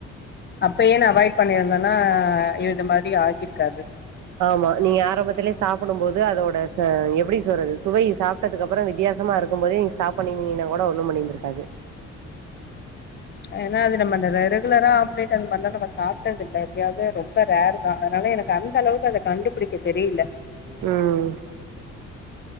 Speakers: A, on the left; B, on the right.
A: அப்பயே நா அவாய்ட் பண்ணியிருந்தேன்னா இது மாரி ஆகிருக்காது
B: ஆமா நீங்க ஆரம்பத்திலே சாப்பிடும் போது அதோட ச எப்டி சொல்றது சுவை சாப் ட்டதுக்கப்றோ வித்தியாசமா இருக்கும் போதே நீங்க ஸ்டாப் பண்ணிருந்தீங்கனா கூட ஒண்ணு பண்ணிருந்துருக்காது
A: ஏனா அது நம்ம ரெ ரெகுலரா ஆம்லேட் அந்த மார்லா நம்ம சாப்ட்டதில்ல எப்பயாது ரொம்ப ரேரு தா அதனால எனக்கு அந்தளவுக்கு அத கண்டுபிடிக்க தெரில
B: ம்